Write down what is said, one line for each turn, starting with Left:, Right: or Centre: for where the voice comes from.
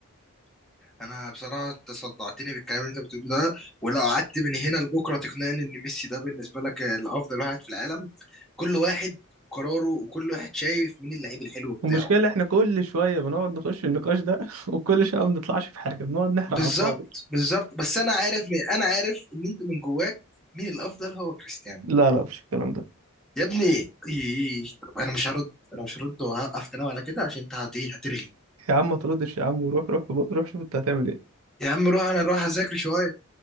Centre: انا بصراحة انت صدعتني بالكلام اللي انت بتقوله ده ولو قعدت من هنا لبكرة تقنعني ان ميسي ده بالنسبة لك الافضل واحد في العالم كل واحد وقراره وكل واحد شايف مين اللعيب الحلو
Right: المشكله
Centre: بتاعه
Right: احنا كل شويه بنقعد نخش النقاش ده <laughs> وكل شويه ما بنطلعش في حاجه بنقعد نحرق
Centre: بالظبط
Right: على الفاضي
Centre: بالظبط بس انا عارف انا عارف ان انت من جواك مين الافضل هو كريستيانو
Right: لا لا مفيش الكلام ده
Centre: يا ابني إيه. طب انا مش هرد انا مش هرد وهوقف كلام على كده عشان انت هت- إيه، هترغي
Right: يا عم ما تردش يا عم وروح روح روح شوف انت هتعمل ايه
Centre: يا عم روح انا اروح اذاكر شويه